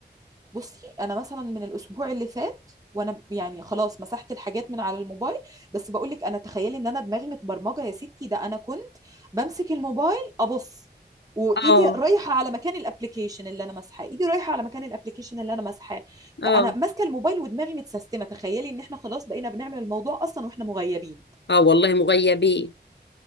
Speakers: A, on the right; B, on the left.
A: بصي انا مثلا من الاسبوع اللي فات وانا ب- يعني خلاص مسحت الحاجات من على الموبايل بس بقول لك انا تخيلي ان انا دماغي متبرمجه يا ستي ده انا كنت بمسك الموبايل ابص وايدي
B: اه
A: رايحه على مكان الابلكيشن اللي انا ماسحاه ايدي رايحه على مكان الابلكيشن اللي انا ماسحاه
B: اه
A: فانا ماسكه الموبايل ودماغي متسيستمه تخيلي ان احنا خلاص بقينا بنعمل الموضوع اصلا واحنا مغيبين
B: اه والله مغيبين